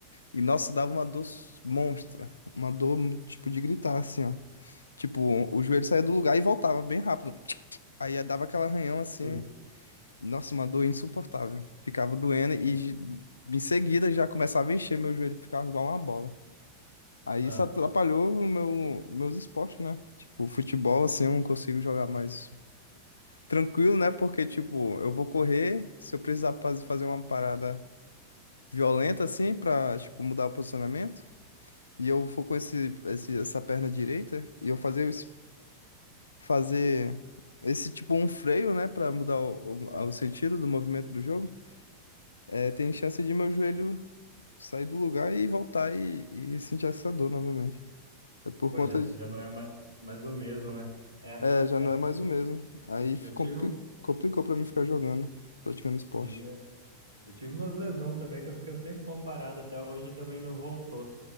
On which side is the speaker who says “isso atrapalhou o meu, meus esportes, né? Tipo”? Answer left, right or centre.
Left